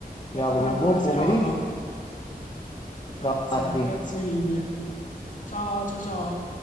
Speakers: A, on the left (about 50°); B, on the left (about 30°).
A: Ti
B: Ti
A: auguro
B: auguro
A: una
B: un
A: buona
B: buon pomeriggio.
A: serata. Grazie,
B: Ciao, Marti.
A: grazie mille. Ciao, ciao, ciao.